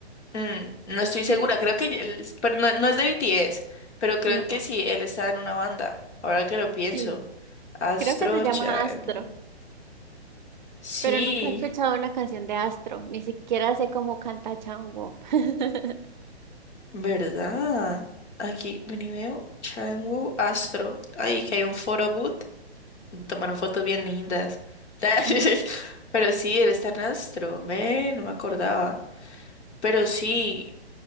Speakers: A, on the left; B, on the right.
A: Mm, no estoy segura,
B: Sí,
A: creo que, él- pero no, no es de BTS, pero creo
B: no,
A: que sí, él estaba en una banda, ahora que lo pienso.
B: sí.
A: Astro
B: Creo que se llama
A: Chaemo.
B: Astro,
A: Sí,
B: pero nunca he escuchado una canción de Astro, ni siquiera sé cómo canta Cha Eun-woo. <laughs>
A: ¿verdad? Aquí, ven y veo, Changwoo Astro. Ay, que hay un photo booth. Tomaron fotos bien lindas. <laughs>
B: Ujú.
A: Pero sí, él está en Astro. Ve, no me acordaba. Pero sí,